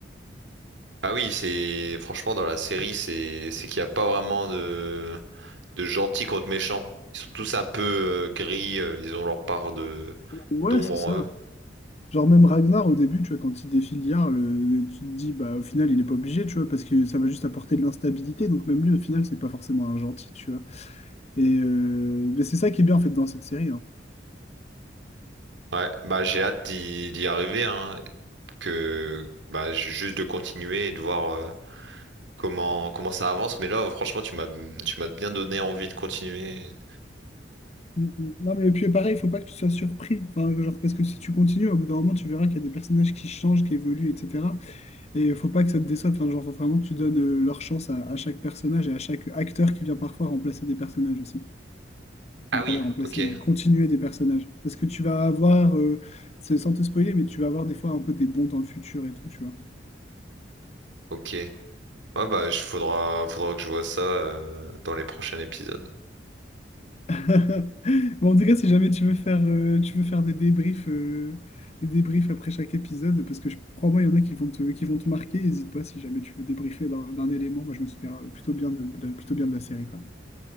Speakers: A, on the right; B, on the left.
A: Ah oui, c'est franchement dans la série, c'est c'est qu'il n'y a pas vraiment de de gentils contre méchants. Ils sont tous un peu euh, gris. euh, ils ont leur part de
B: Ouais,
A: d'ombre
B: c'est
A: en
B: ça.
A: eux.
B: Genre même Ragnar au début, tu vois, quand il défie l'IA, le- tu te dis bah au final il est pas obligé, tu vois, parce que ça va juste apporter de l'instabilité, donc même lui au final c'est pas forcément un gentil, tu vois. Et euh, mais c'est ça qui est bien en fait dans cette série. hein.
A: Ouais, bah j'ai hâte d'y d'y arriver. Hein, que bah j'ai juste de continuer et de voir euh, comment comment ça avance. Mais là, franchement, tu m'as tu m'as bien donné envie de continuer.
B: Mm, mm. Non mais puis pareil, il faut pas que tu sois surpris, enfin, genre, parce que si tu continues, au bout d'un moment tu verras qu'il y a des personnages qui changent, qui évoluent, etc. Et faut pas que ça te déçoive, enfin, genre faut vraiment que tu donnes euh, leur chance à, à chaque personnage et à chaque acteur qui vient parfois remplacer des personnages aussi.
A: Ah
B: enfin
A: oui,
B: pas les remplacer,
A: ok.
B: mais continuer des personnages. Parce que tu vas avoir, euh, c'est- sans te spoiler, mais tu vas avoir des fois un peu des bons dans le futur et tout, tu vois.
A: Ok. Ah bah, il faudra, faudra que je vois ça euh, dans les prochains épisodes.
B: <laughs> Bon, en tout cas, si jamais tu veux faire, euh, tu veux faire des débriefs, euh, des débriefs après chaque épisode, parce que je crois-moi, il y en a qui vont te, qui vont te marquer, n'hésite pas si jamais tu veux débriefer d'un d'un élément. Moi, je me souviens plutôt bien de, de la- plutôt bien de la série, quoi.